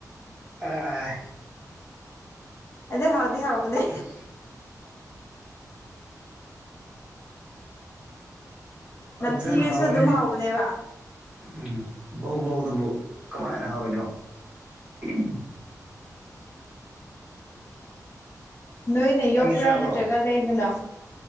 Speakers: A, on the right; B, on the left.
A: ꯑ ꯑꯥꯏ
B: ꯑꯗꯨ ꯍꯥꯎꯗꯤ ꯍꯥꯎꯕꯅꯦ
A: <inaudible> ꯐꯖꯅ
B: ꯅꯝꯊꯤꯔꯁꯨ
A: ꯍꯥꯎꯕꯅꯦ
B: ꯑꯗꯨꯝ ꯍꯥꯎꯕꯅꯦꯕ
A: ꯎꯝ ꯕꯧ ꯕꯧ ꯗꯨꯕꯨ ꯀꯝꯃꯥꯏꯅ ꯍꯥꯎꯔꯣꯏꯗꫭꯏꯅꫭ <unintelligible>
B: ꯅꯣꯏꯅ ꯌꯣꯛꯄ꯭ꯔ
A: ꯅꯪꯗꯤ ꯆꯥꯕ꯭ꯔꯣ
B: ꯅꯠꯇ꯭ꯔꯒ ꯂꯩꯕꯅꯣ